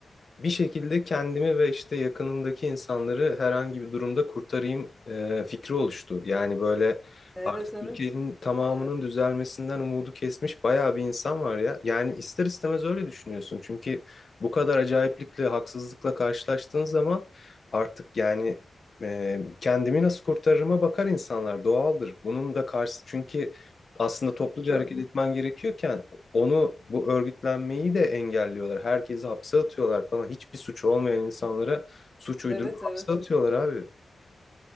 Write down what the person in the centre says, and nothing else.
Evet
evet.
Evet.
Ö-
Evet evet.